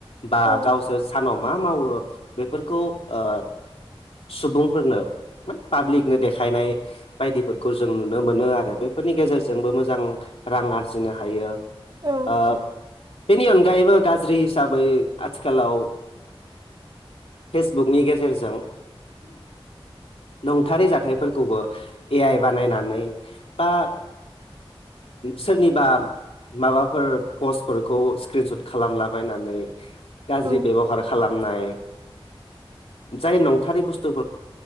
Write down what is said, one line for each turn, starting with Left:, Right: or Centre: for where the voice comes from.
Left: बा
Right: औ
Left: गावसोर सानाव मा मावो बेफोरखौ ओ सुबुंफोरनो माने पाब्लिकनो देखायनाय बायदिफोरखौ जों नुनो मोनो आरो। आरो बेफोरनि गेजेरजोंबो मोजां रां आरजिनो हायो।
Right: औ
Left: ओ, बेनि अनगायैबो गाज्रि हिसाबै आथिखालाव फेसबुकनि गेजेरजों नंथारै जाथायफोरखौबो ए आइ बानायनानै बा सोरनिबा माबाफोर पस्टफोरखौ स्क्रिन सुट खालामलाबायनानै गाज्रि
Right: औ
Left: बेब'हार खालाम नाय जाय नंथारै बुस्थु